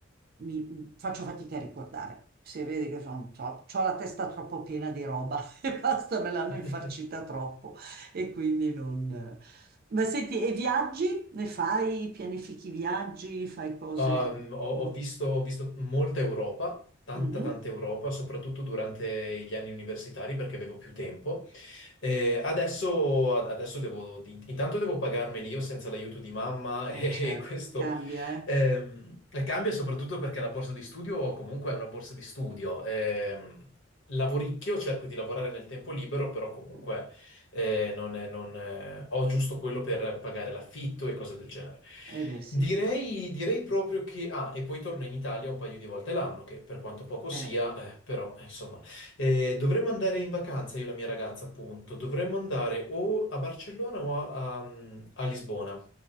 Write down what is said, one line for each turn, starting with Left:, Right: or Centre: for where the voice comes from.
Right: mi- mm, faccio fatica a ricordare. Se vedi che sono, ho la testa troppo piena di roba <laughs> e basta, me l'hanno
Left: <laughs>
Right: infarcita troppo. E quindi non... Ma senti, e viaggi? Ne fai? Pianifichi viaggi? Fai cose...
Left: Um, ho,
Right: Mm.
Left: ho visto, ho visto molta Europa, tanta
Right: Mhm.
Left: tanta Europa, soprattutto durante gli anni universitari perché avevo più tempo. Eh, adesso, adesso devo, in- intanto devo pagarmeli io senza l'aiuto di mamma
Right: Eh
Left: <laughs> e
Right: certo,
Left: questo
Right: cambia, eh?
Left: ehm, cambia soprattutto perché la borsa di studio comunque è una borsa di studio. Ehm, lavoricchio, cerco di lavorare nel tempo libero, però comunque
Right: Mm.
Left: eh, non è- non, eh, ho giusto quello per pagare l'affitto e cose del genere.
Right: Eh beh sì.
Left: Direi, direi proprio che... Ah, e poi torno in Italia un paio di volte l'anno, che per quanto poco sia,
Right: Eh.
Left: eh, però insomma... Eh, dovremmo andare in vacanza, io e la mia ragazza, appunto. Dovremmo andare o a Barcellona o a, a- a Lisbona.